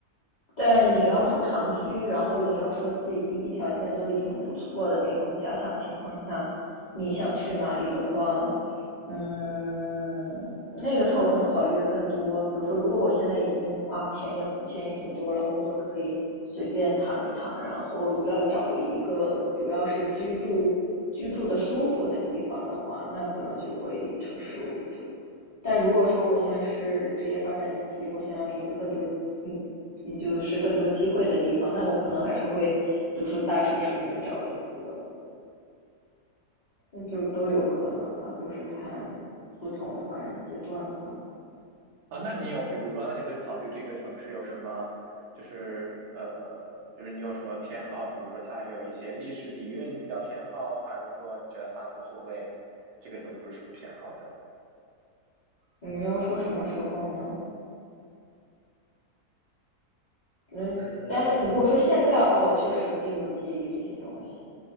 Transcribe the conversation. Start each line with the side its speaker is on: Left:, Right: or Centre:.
Left: 但你要说长居，然后你要说自己经济条件都已经很不错的那种假想情况下，你想去哪里的话，嗯，那个时候可能考虑的更多。比如说，如果我现在已经啊钱也钱也挺多了，工作可以随便躺一躺，然后要找一个主要是居住居住的舒服的地方的话，那可能就会以城市为主。但如果说我现在是职业发展期，我想要一个更多机，就是更多机会的地方，那我可能还是会，比如说大城市里面找一个，那就都有可能吧，都是看不同的发展阶段吧。
Right: 啊，那你有比如说，那你会考虑这个城市有什么，就是呃，就是你有什么偏好？比如说它有一些历史底蕴，你比较偏好，还是说你觉得它无所谓？这个都不是什么偏好的。
Left: 你要说什么时候呢？嗯，
Right: 嗯
Left: 但是如果说现在的话，我确实并不介意这些东西，